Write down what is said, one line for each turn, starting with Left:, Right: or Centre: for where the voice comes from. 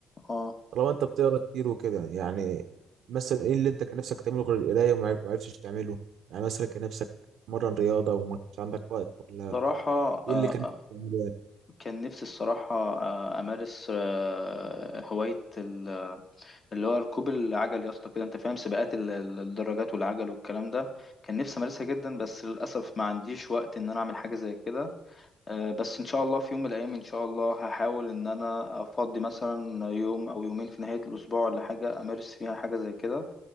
Left: اه
Right: طالما انت بتقرا كتير وكده يعني مثلا ايه اللي انت كان نفسك تعمله غير القرايه وما عرف- ما عرفتش تعمله يعني مثلا كان نفسك تتمرن رياضه وما كانش عندك وقت ولا
Left: صراحة
Right: ايه
Left: آه،
Right: اللي كان
Left: آه،
Right: نفسك تعمله يعني
Left: كان نفسي الصراحة آه، أمارس آه، هواية ال- اللي هو ركوب العجل يا اسطى كده أنت فاهم سباقات ال- ال- الدراجات والعجل والكلام ده كان نفسي أمارسها جدا بس للأسف ما عنديش وقت إن أنا أعمل حاجة زي كده آه، بس إن شاء الله في يوم من الأيام إن شاء الله هحاول إن أنا أفضي مثلا يوم أو يومين في نهاية الأسبوع ولا حاجة أمارس فيها حاجة زي كده